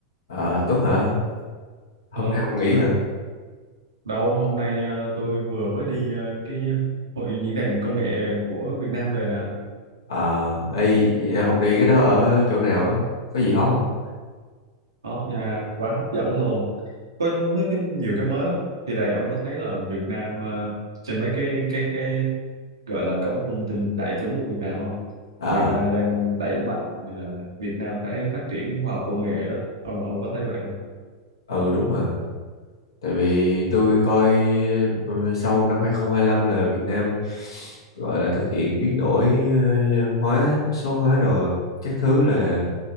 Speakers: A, on the left; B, on the right.
A: Ờ, Tuấn hả? Hôm
B: Alo,
A: nay ông nghỉ
B: à,
A: hả?
B: đâu hôm nay ờ, tôi vừa mới đi ờ, cái hội diễn đàn công nghệ của Việt Nam về nè.
A: Ờ, ê,
B: Ừ.
A: ông đi cái đó ở chỗ nào á? Có gì hot không?
B: Hot nha, quá hấp dẫn luôn. Có, nó có nhiều cái mới lắm. Thì này ông có thấy là Việt Nam ờ, trên mấy cái cái cái gọi là cổng thông tin đại chúng của Việt Nam không?
A: Ờ,
B: Người ta đang đẩy mạnh ờ, Việt Nam phải phát triển khoa học công nghệ đó. Ông ông có thấy vậy không?
A: ừ đúng hả? Tại vì tôi coi ừ, sau năm hai không hai lăm là Việt Nam gọi là thực hiện biến đổi ờ, hóa, số hóa rồi các thứ là